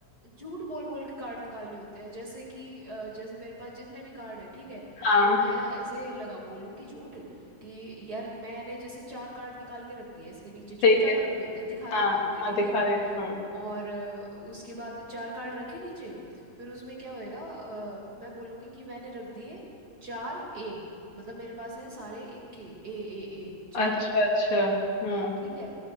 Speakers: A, on the right (about 35°); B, on the left (about 80°).
A: झूठ बोल बोल के कार्ड निकालने होते हैं जैसे कि अ, जैसे मेरे पास जितने भी कार्ड हैं ठीक है
B: हाँ,
A: तो मैं ऐसे लगा बोलूंगी झूठ कि यार मैंने जैसे चार कार्ड निकाल के रख दिए ऐसे नीचे चुपचाप
B: ठीक है।
A: रखने होते हैं दिखाने
B: हाँ, हाँ,
A: नहीं होते
B: हाँ,
A: ठीक
B: दिखा
A: है
B: रहे हुँ।
A: और अ, उसके बाद चार कार्ड रखे नीचे फिर उसमें क्या होएगा अ, मैं बोलूँगी कि मैंने रख दिए चार ए मतलब मेरे पास हैं सारे इक्के ए ए ए चारों
B: अच्छा, अच्छा। हुँ,
A: ठीक है